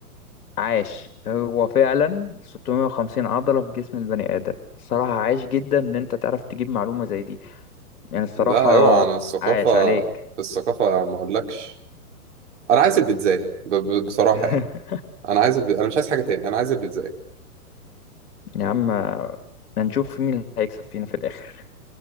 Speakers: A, on the left; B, on the right.
A: عاش هو فعلا 650 عضلة في جسم البني آدم الصراحة عاش جدا إن أنت تعرف تجيب معلومة زي دي يعني الصراحة
B: لا اوعى انا الثقافة
A: عاش عليك
B: في الثقافة ما اقولكش انا عايز البيتزاية ب... ب... بصراحة
A: <laughs>
B: يعني انا عايز الب... انا مش عايز حاجة تاني انا عايز البيتزاية
A: يا عم هنشوف مين اللي هيكسب فينا في الآخر